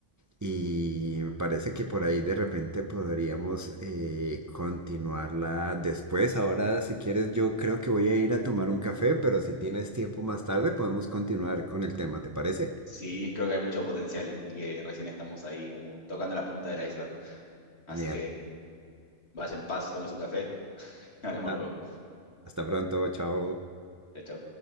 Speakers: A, on the right (about 25°); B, on the left (about 60°).
A: y me parece que por ahí de repente podríamos eh, continuarla después. Ahora, si quieres, yo creo que voy a ir a tomar un café, pero si tienes tiempo más tarde podemos continuar con el tema, ¿te parece?
B: Sí, creo que hay mucho potencial y que recién estamos ahí como tocando la punta del iceberg. Así
A: Genial.
B: que vaya en paz, tome su café. <laughs> Hablamos
A: Ah,
B: luego.
A: Hasta pronto, chao.
B: Chao, chao.